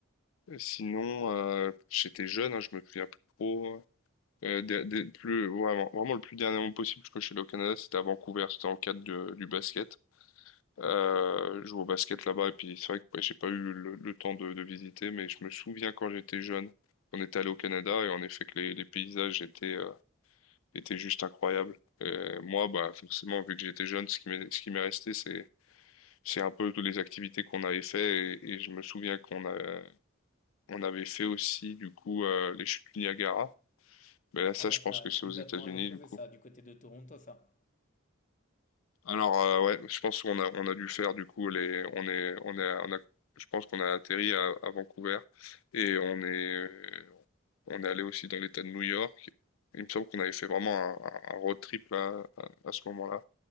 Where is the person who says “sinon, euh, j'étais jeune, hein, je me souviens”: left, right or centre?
Left